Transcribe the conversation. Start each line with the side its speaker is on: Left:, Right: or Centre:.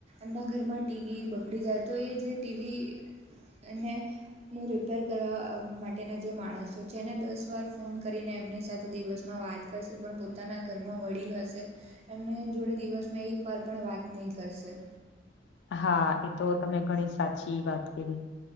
Right: એમના ઘરમાં ટીવી બગડી જાય. તો એ જે ટીવી અને નુ રિપેર કરવા માટેના જે માણસો છે. એને દસ વાર ફોન કરીને એમ એની સાથે દિવસમાં વાત કરશે, પણ પોતાના ઘરમાં વડીલ હશે. એમને જોડે દિવસમાં એક વાર પણ વાત નઈ કરશે.
Left: હા, એ તો તમે ઘણી સાચી વાત કીધી.